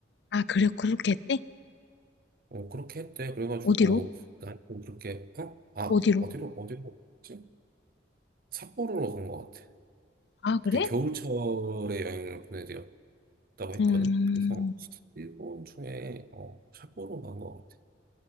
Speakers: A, on the left; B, on the right.
A: 아, 그래, 그렇게 했대?
B: 어 그렇게 했대. 그래가지고
A: 어디로?
B: 나는 그렇게 어아
A: 어디로?
B: 어디로 어디로 갔지? 삿포로로 간 것 같아.
A: 아,
B: 그때
A: 그래?
B: 겨울철에 여행을 보내드렸다고 했거든.
A: 음,
B: 그래서 일본 중에 어 삿포로 간 것 같아.